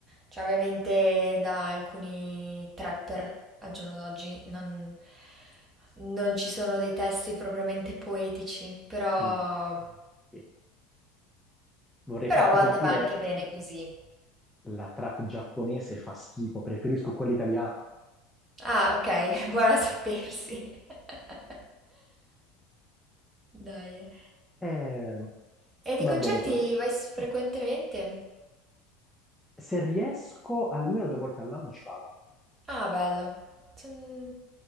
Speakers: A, on the right; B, in the centre.
A: Cioè, ovviamente da alcuni trapper al giorno d'oggi non, non ci sono dei testi propriamente poetici, però,
B: mm, sì. Vorrei
A: però
B: farti
A: a volte
B: sentire
A: va anche bene così.
B: la trap giapponese fa schifo, preferisco quella italiana.
A: Ah, ok, <laughs> buona a sapersi. <laughs> Dai.
B: Eh,
A: E
B: va
A: di concerti
B: bene così.
A: vai s-
B: Oh.
A: frequentemente?
B: Se riesco, almeno due volte all'anno ci vado.
A: Ah, bello. Sen-